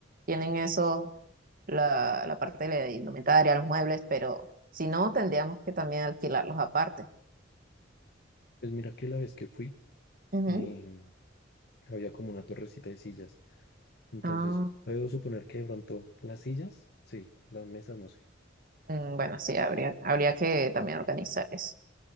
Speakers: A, on the right; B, on the left.
A: tienen eso, la, la parte de la indumentaria, los muebles, pero si no, tendríamos que también alquilarlos aparte.
B: pues mira que la vez que fui,
A: Ujú.
B: y había como una torrecita de sillas. Entonces,
A: Ah,
B: puedo suponer que de pronto las sillas, sí, las mesas, no sé.
A: mm, bueno, sí, habría, habría que también organizar eso.